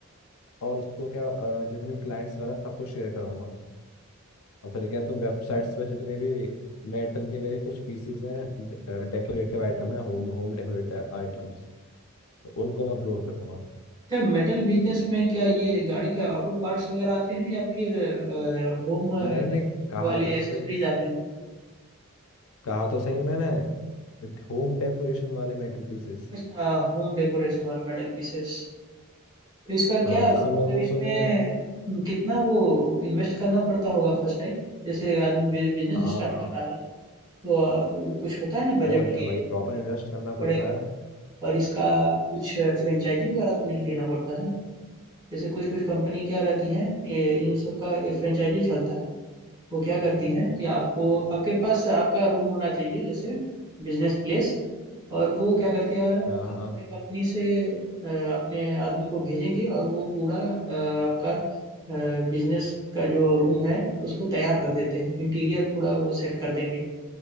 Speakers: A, on the left; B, on the right.
A: और उसको क्या अ, जितने भी क्लाइंट्स वगैरह सबको शेयर करूंगा और फिर क्या तुम वेबसाइट्स पर जितने भी मेटल के मेरे कुछ पीसीज हैं डेकोरेटिव आइटम है होम होम डेकोरेटिव आइटम्स उनको मैं अपलोड करूंगा
B: क्या मेटल बिजनेस में क्या ये गाड़ी के ऑटो पार्ट्स वगैरह आते हैं या फिर होम
A: नहीं नहीं
B: डेकोरेट
A: कहा
B: वाले
A: तो सही
B: एसेसरीज आते हैं
A: कहा तो सही मैंने होम डेकोरेशन वाले मेटल पीसेस
B: अच्छा होम डेकोरेशन वाले मेटल पीसेस तो इसका
A: हाँ
B: क्या
A: जिसमें
B: मतलब
A: वो
B: इसमें
A: सुने
B: हम्म, कितना वो इन्वेस्ट करना पड़ता होगा फर्स्ट टाइम जैसे आदमी बिजनेस
A: हाँ
B: स्टार्ट कर रहा है तो अ, कुछ होता है ना बजट
A: और क्या
B: की
A: भाई प्रॉपर इन्वेस्ट करना
B: पड़ेगा
A: पड़ता है
B: और इसका कुछ फ्रेंचाइजी वगैरह तो नहीं लेना पड़ता है जैसे कुछ कुछ कंपनी क्या रहती हैं ये इन सब का फ्रेंचाइजी चलता है वो क्या करती हैं कि आपको आपके पास आपका रूम होना चाहिए जैसे बिजनेस प्लेस और वो क्या करती है
A: हाँ
B: अपने
A: हाँ
B: कंपनी से अ, अपने आदमी को भेजेंगे और वो पूरा अ, आपका बिजनेस का जो रूम है उसको तैयार कर देते हैं इंटीरियर पूरा वो सेट कर देंगे